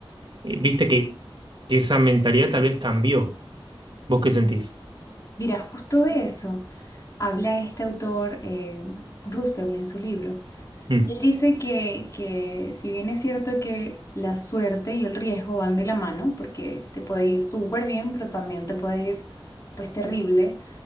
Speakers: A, on the right (about 60°); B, on the left (about 35°).
A: eh, viste que que esa mentalidad tal vez cambió. ¿Vos
B: Sí.
A: qué sentís?
B: Mira, justo de eso habla este autor eh, Russell en su libro.
A: Mm,
B: Y él dice que, que si bien es cierto que la suerte y el riesgo van de la mano, porque te puede ir súper bien, pero también te puede ir pues terrible,